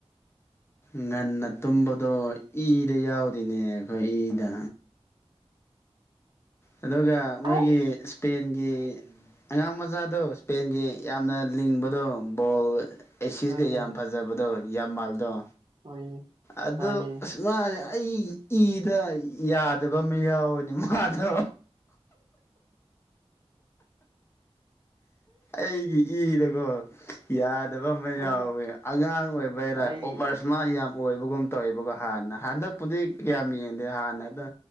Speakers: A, on the left; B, on the right.
A: ꯉꯟꯅ ꯇꯨꯝꯕ꯫ ꯑꯗꯣ ꯏꯗ ꯌꯥꯎꯗꯦꯅꯦ ꯑꯩꯈꯣꯏ ꯏꯗ꯫ ꯑꯗꯨꯒ ꯃꯣꯏꯒꯤ꯫
B: ꯑꯁ
A: ꯏꯁꯄꯦꯟꯒꯤ ꯑꯉꯥꯡ ꯃꯆꯥꯗꯣ ꯏꯁꯄꯦꯟꯒꯤ ꯌꯥꯝꯅ ꯂꯤꯡꯕꯗꯣ ꯕꯣꯜ꯫ ꯑꯦꯁꯤꯁꯒ
B: ꯍꯣꯏꯅꯦ
A: ꯌꯥꯝ ꯐꯖꯕꯗꯣ ꯌꯥꯝ ꯃꯥꯜꯗꯣ
B: ꯍꯣꯏꯅꯦ
A: ꯑꯗꯨ꯫
B: ꯍꯣꯏꯅꯦ
A: ꯃꯥꯁꯦ ꯑꯩ ꯏꯗ ꯌꯥꯗꯕ ꯑꯃ ꯌꯥꯎꯋꯦꯅꯦ ꯃꯥꯗꯣ꯫ ꯑꯩꯒꯤ ꯏꯗꯒꯣ꯫ ꯌꯥꯗꯕ ꯑꯃ
B: ꯍꯣꯏ
A: ꯌꯥꯎꯋꯦ
B: ꯍꯣꯏ
A: ꯑꯉꯥꯡ ꯑꯣꯏꯕꯩꯔ
B: ꯑꯩ
A: ꯑꯣꯕꯔꯏꯁꯃꯔꯠ ꯌꯥꯝ ꯑꯣꯏꯕꯒꯨꯝ꯫ ꯇꯧꯋꯦꯕꯀꯣ ꯍꯥꯟꯅ ꯍꯟꯗꯛꯄꯨꯗꯤ ꯀꯌꯥꯝ ꯌꯦꯡ ꯍꯥꯟꯅ ꯑꯗꯣ